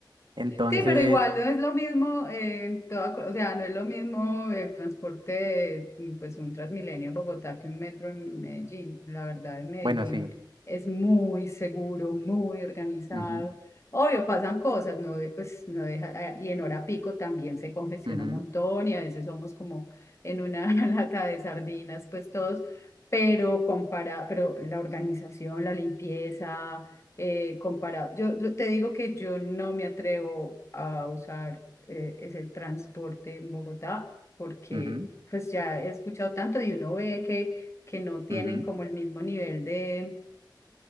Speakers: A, on the right; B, on the left.
A: Entonces,
B: Sí, pero igual no es lo mismo, eh, en toda co- o sea, no es lo mismo el transporte, mm, pues un Transmilenio en Bogotá que un metro en Medellín. La verdad, en Medellín
A: bueno, sí.
B: es muy seguro, muy organizado.
A: Ujú,
B: Obvio, pasan cosas, no de- pues no deja, ah, y en hora pico también se congestiona
A: ujú,
B: un montón y a veces somos como en una <laughs> lata de sardinas, pues todos, pero compara, pero la organización, la limpieza eh, comparado. Yo lo- te digo que yo no me atrevo a usar eh, ese transporte en Bogotá porque
A: ujú, ujú,
B: pues ya he escuchado tanto y uno ve que, que no tienen
A: ujú.
B: como el mismo nivel de